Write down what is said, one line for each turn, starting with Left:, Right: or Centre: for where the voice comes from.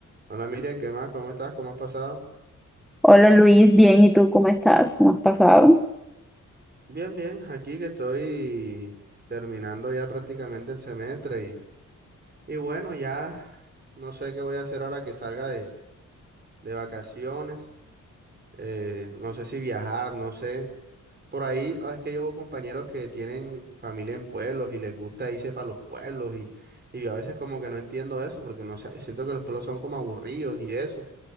Right: Hola Miriam, ¿qué más? ¿Cómo estás? ¿Cómo has pasado?
Centre: Hola Luis, bien, ¿y tú cómo estás? ¿Cómo has pasado?
Right: Bien, bien, aquí que estoy terminando ya prácticamente el semestre y, y bueno, ya no sé qué voy a hacer ahora que salga de, de vacaciones, eh, no sé si viajar, no sé. Por ahí ah, es que llevo compañeros que tienen familia en pueblos y les gusta irse para los pueblos y, y yo a veces como que no entiendo eso porque no sé, yo siento que los pueblos son como aburridos y eso.